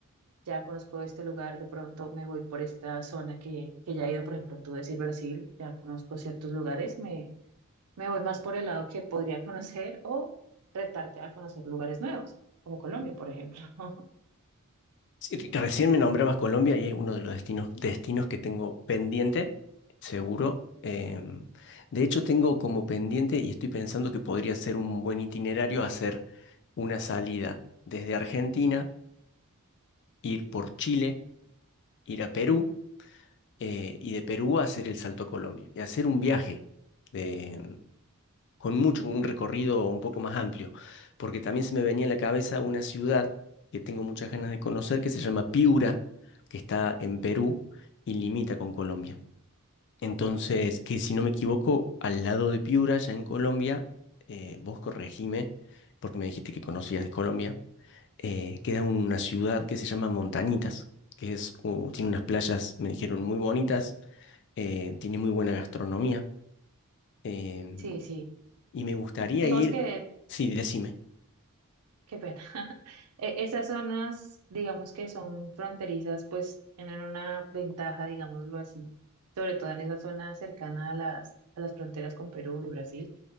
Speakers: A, on the right (about 85°); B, on the left (about 50°).
A: ya conozco este lugar, de pronto me voy por esta zona que, que ya he ido, por ejemplo, tú decir Brasil, ya conozco ciertos lugares, me, me voy más por el lado que podría conocer o retarte a conocer lugares nuevos, como Colombia, por ejemplo. <laughs>
B: Sí, re- recién me nombrabas Colombia y es uno de los destinos, destinos que tengo pendiente, seguro. Em, de hecho, tengo como pendiente y estoy pensando que podría ser un buen itinerario hacer una salida desde Argentina, ir por Chile, ir a Perú. eh, y de Perú a hacer el salto a Colombia y hacer un viaje de- con mucho, un recorrido un poco más amplio, porque también se me venía en la cabeza una ciudad que tengo muchas ganas de conocer que se llama Piura, que está en Perú y limita con Colombia. Entonces, que si no me equivoco, al lado de Piura, ya en Colombia, eh, vos corregime, porque me dijiste que conocías de Colombia, eh, queda una ciudad que se llama Montañitas, que es, uh, tiene unas playas, me dijeron, muy bonitas eh, tiene muy buena gastronomía. em,
A: Sí, sí.
B: y me gustaría
A: Digamos
B: ir,
A: que,
B: sí, decime.
A: qué pena. <laughs> E- Esas zonas, digamos que son fronterizas, pues tienen una ventaja, digámoslo así, sobre todo en esa zona cercana a las, a las fronteras con Perú y Brasil